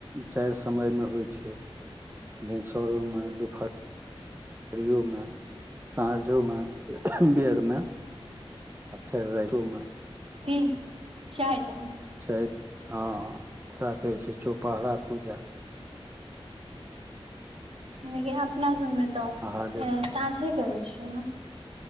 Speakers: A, on the right; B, on the right.
A: चारि समयमे होइ छै। भिनसरो में दुपहर पियोमे साँझोमे बेएर मे। आ फेर रातोमे।
B: तीन चारि टा
A: छै हँ ओकरा कहै छै चौपहरा पूजा।
B: लेकिन अपना सबमे तऽ
A: महादेव
B: साँझेके होइ छैै।